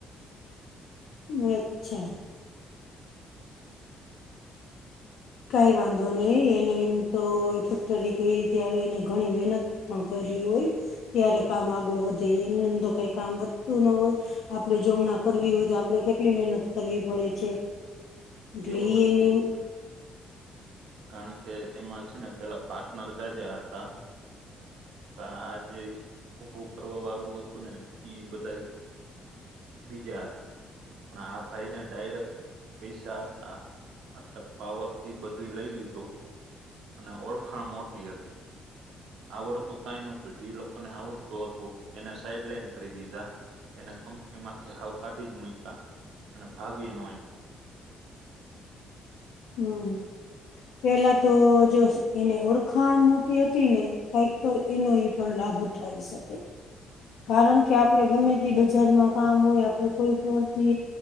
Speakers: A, on the left (about 75°); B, on the right (about 80°).
A: વે છેે. કઈ વાંધો નહી એને એમ તો ફેક્ટરી કઈ રીતે આવે એને ઘણી મહેનત પણ કરી હોય ત્યારે કામ આગળ વધે એમને એમ તો કઈ કામ વધતું ન હોય. આપડણે જો હમણા કરવી હોય તો આપડણે કેટલી મહેનત કરવી પડે છે. એટલે
B: એવું નથી
A: એની
B: કારણ કે એમાં છે ને પેલા પાર્ટનર ગજા હતા. આ જે ઉઊભું કરવા વાળું હતું ને ઈ બધા બીજા હતા પણ આ ભાઈને ડાયરેક્ટ પૈસા હા એટલે પાવર થી બધું લઈ લીધુ અને ઓળખાણ મોટી હતી. આવડતું કઈ નોતું જે લોકોને આવડતું હતું એને સાઈડ લઈન ખરીદીધા એને કંપનીમાંથી હાવ કાઢી જ મુકા અને ભાગી નય.
A: હમ પેલા તો જો. એને ઓળખાણ મોટી હતી ને કઈક તો એનો એ પણ લાભ ઉઠાવી શકે કારણ કે આપણે ગમે તે બજારમાં કામ હોય આપણે કોઈ વતિ